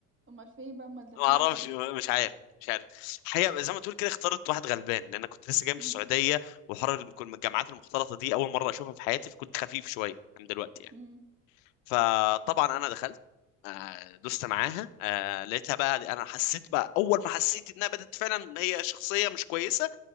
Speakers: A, on the right (about 25°); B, on the left (about 60°).
A: امال في ايه بقى امال داخله
B: ما اعرفش
A: لك ليه
B: مش عارف مش عارف حقيقة زي ما تقول كده اخترت واحد غلبان لان كنت لسه جاي
A: امم
B: من السعودية وحر الجامعات المختلطة دي اول مرة اشوفها في حياتي فكنت خفيف شوية عن دلوقتي يعني
A: امم
B: فطبعا انا دخلت آه، دست معاها آه، لقيتها بقى انا حسيت بقى اول ما حسيت انها بدات فعلا هي شخصية مش كويسة